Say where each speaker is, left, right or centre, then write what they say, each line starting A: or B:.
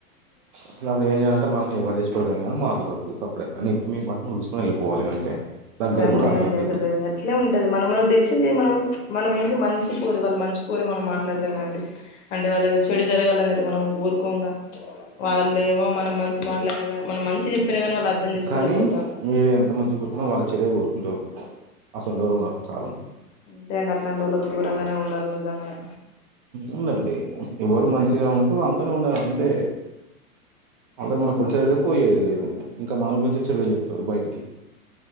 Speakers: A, on the right; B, on the left.
A: అసలు అప్పుడు ఏం చేయాలంటే వాళ్ని ఎరి చే ధంగా మ మాట్లాడద్దు సపరేట్ కానీ మీ పంటని చసుకనిళ్ళిపోవాలి అంతే దగ్గర
B: అంతే
A: కూడా రానియద్దు
B: అండి అసలు అట్లే ఉంటది మనం మనకు తెలిసింది మనం మనం ఏంది మంచి కోరే వాళ్ళ మంచి కోరి మనం మాట్లాడదాం కాండి అంటే వాళ్ళ చెడు జరగాలని అయితే మనం ఊరుకోగా వాళ్ళేమో మనం మంచి మాట్లాడే మనం మంచి చెప్పినా కానీ వాళ్ళు అర్థం చేసుకోలేకపోతారు
A: కానీ మీరు ఎంత మంచిగా కోరుకున్నా వాళ్ళు చెడే గోరుకుంటరు అసలు డోరున్నార్ తాళం
B: అంతే అండి అట్లాంటోళ్ళకి దూరంగానే ఉండాల్లే జంగానే
A: ఉందండి ఎవరు మంచిగా ఉంటే వాంతోనే ఉండాల అంతే అంత మనం కొచ్చేది పోయేది లేదు ఇంకా మన గురించి చెడుగా చెప్తారు బయటికి